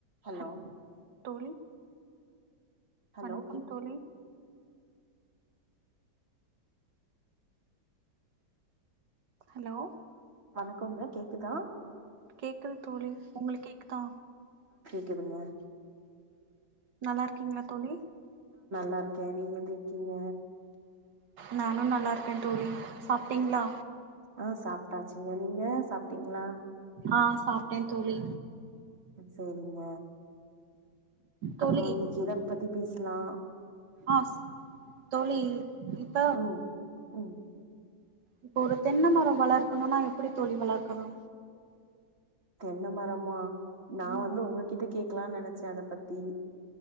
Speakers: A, on the right (about 35°); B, on the right (about 75°).
A: Hello
B: ஹல் தோழி
A: hello
B: வணக்கம்
A: கேக்
B: தோழி ஹலோ
A: வணக்கோங்க கேக்குதா
B: கேக்குது தோழி உங்ளுக் கேக்குதா
A: க்குதுங்க
B: நல்லாருக்கீங்ளா தோழி
A: லாருக்கே நீங்க எப்டி இருக்கீங்க
B: நானு நல்லாருக்க தோழி சாப்ட்டிங்ளா
A: ஆ சாப்ட்டாச்சுங்க நீங்க சாப்ட்டிங்களா
B: ஆ சாப்ட்டே தோழி
A: செரிங்க
B: தோழி
A: அப்றோ இன்னைக்கு எத பத்தி பேஸ்லா
B: ஆ தோழி இப்ப
A: ம் ம்
B: இப்ப ஒரு தென்ன மரோ வளர்க்குணுனா எப்டி தோழி வளர்க்குணு
A: தென்ன மரமா நா
B: ம்
A: வந்து ஒங்ககிட்ட கேக்லான் நெனைச்சே அத பத்தி